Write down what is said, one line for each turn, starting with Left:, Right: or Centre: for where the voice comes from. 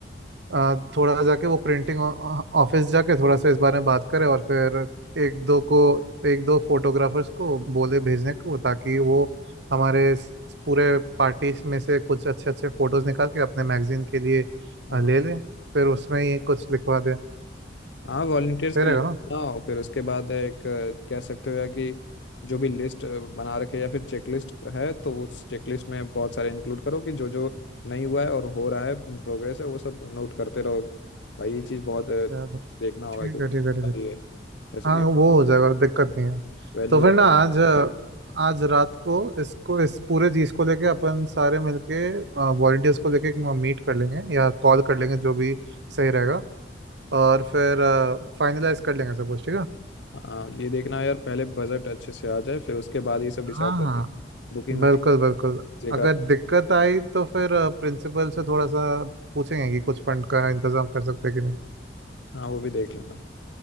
Right: आ, थोड़ा जाके वो प्रिंटिंग ऑफिस जाके थोड़ा सा इस बारे में बात करें और फिर एक दो को एक दो फोटोग्राफर्स को बोले भेजने को ताकि वो हमारे इस पूरे पार्टीज में से कुछ अच्छे अच्छे फोटोज निकाल के अपने मैगजीन के लिए
Left: हाँ
Right: आ, ले लें फिर उसमें ही कुछ लिखवा दें
Left: हाँ वॉलंटियर्स
Right: सही
Left: की
Right: रहेगा
Left: लिस्ट
Right: ना
Left: बनाओ फिर उसके बाद एक अ, कह सकते हो या कि जो भी लिस्ट बना रखे या फिर चेकलिस्ट है तो उस चेकलिस्ट में बहुत सारे इंक्लूड करो कि जो जो नहीं हुआ है और हो रहा है इन प्रोग्रेस है वो सब नोट करते रहो भाई ये चीज़ बहुत अ,
Right: चलो
Left: देखना होगा
Right: ठीक
Left: कि
Right: है ठीक है ठीक
Left: ये
Right: है
Left: जैसे
Right: हाँ
Left: कि
Right: वो हो जाएगा दिक्कत नहीं है
Left: वेन्यू
Right: तो फिर ना आज आज रात को इसको इस पूरे चीज को लेके अपन सारे मिलके वॉलंटियर्स को लेके मीट कर लेंगे या कॉल कर लेंगे जो भी सही रहेगा और फिर फाइनलाइज कर लेंगे सब कुछ ठीक है
Left: हाँ ये देखना है यार पहले बजट अच्छे से आ जाए फिर उसके बाद ये सब डिसाइड
Right: हाँ
Left: करें
Right: हाँ
Left: बुकिंग
Right: बिल्कुल बिल्कुल
Left: जगह
Right: अगर दिक्कत आई तो फिर प्रिंसिपल से थोड़ा सा पूछेंगे कि कुछ फंड का इंतजाम कर सकते हैं कि नहीं
Left: हाँ वो भी देख लेना